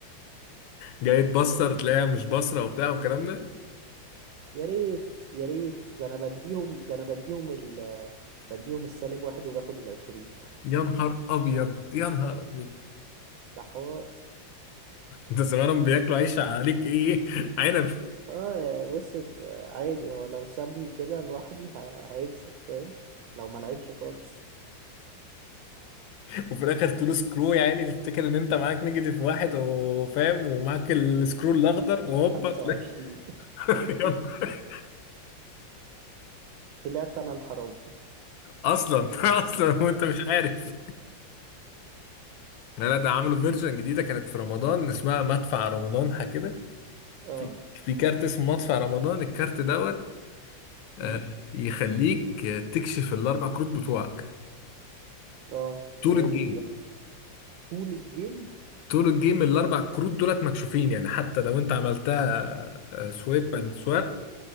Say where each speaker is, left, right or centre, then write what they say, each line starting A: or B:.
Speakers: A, on the left; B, on the right.
A: جاي تبصر تلاقيها مش بصرة وبتاع والكلام ده
B: يا ريت يا ريت ده انا بديهم ده انا بديهم ال بديهم السالب واحد وباخد العشرين
A: يا نهار أبيض يا نهار أبيض
B: ده حوار
A: أنت زمانهم بياكلوا عيش عليك إيه <laughs> عنب
B: اه يا بص انت- عادي هو لو سابني كده لوحدي ه... هيكسب فاهم لو ما لعبش خالص
A: <laughs> وفي الآخر تقول سكرو يا عيني تفتكر إن أنت معاك نيجاتيف واحد وفاهم ومعاك السكرو الأخضر وهوبا
B: خمسة
A: تلاقي-
B: وعشرين <laughs>
A: <laughs> يا نهار.
B: طلعت انا الحرام
A: أصلا <laughs> أصلا وأنت مش عارف لا ده عملوا فيرجن جديدة كانت في رمضان اسمها مدفع رمضان حاجة كده
B: <laughs>
A: في في كارت اسمه مدفع رمضان الكارت دوت آه،
B: اه
A: يخليك آه، تكشف الأربع كروت بتوعك
B: اه
A: طول
B: جامد
A: الجيم
B: ده طول الجيم
A: طول الجيم الأربع كروت دولت مكشوفين يعني حتى لو أنت عملتها سويب
B: مم.
A: أند سواب